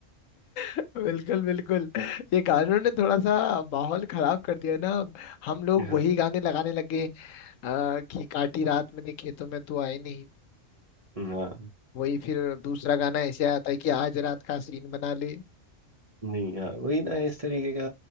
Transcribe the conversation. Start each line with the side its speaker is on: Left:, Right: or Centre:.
Left: बिल्कुल बिल्कुल ये गानों ने थोड़ा सा माहौल खराब कर दिया है ना अब हम लोग
Right: हाँ
Left: वही गाने लगाने लगे आ, कि काटी रात मैंने खेतों में तू आई नहीं
Right: हाँ
Left: वही फिर दूसरा गाना ऐसे आता है कि आज रात का सीन बना ले
Right: नहीं हाँ वही ना इस तरीके का